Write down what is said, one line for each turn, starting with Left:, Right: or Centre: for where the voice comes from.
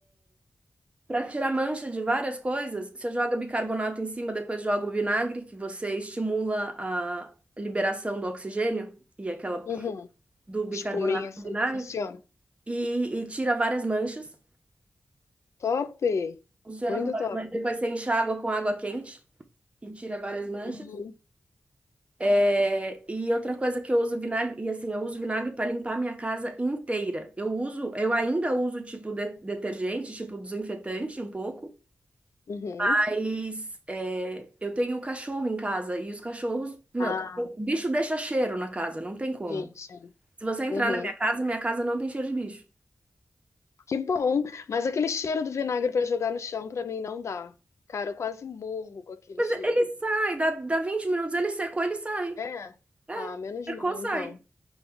Right: Pra tirar mancha de várias coisas, você joga bicarbonato em cima, depois joga o vinagre, que você estimula a liberação do oxigênio e aquela
Left: Uhum.
Right: do bicarbonato
Left: Espuminha, assim,
Right: com vinagre
Left: funciona.
Right: e, e tira várias manchas.
Left: Top!
Right: Funciona
Left: Muito
Right: com várias
Left: top.
Right: manchas. Depois você enxágua com água quente e tira várias manchas.
Left: Uhum.
Right: É, e outra coisa que eu uso vinagre, e assim, eu uso vinagre para limpar a minha casa inteira. Eu uso, eu ainda uso tipo de- detergente, tipo desinfetante um pouco,
Left: Uhum,
Right: mas é, eu tenho cachorro em casa e os cachorros, meu,
Left: Ah,
Right: cachorro- bicho deixa cheiro na casa, não tem como.
Left: sim, sim.
Right: Se você entrar
Left: uhum.
Right: na minha casa, minha casa não tem cheiro de bicho.
Left: Que bom! Mas aquele cheiro do vinagre para jogar no chão para mim não dá. Cara, eu quase morro com aquele
Right: Mas
Left: cheiro.
Right: ele sai, dá, dá 20 minutos, ele secou, ele sai.
Left: É,
Right: É,
Left: Ah, menos
Right: secou,
Left: mal
Right: sai.
Left: então.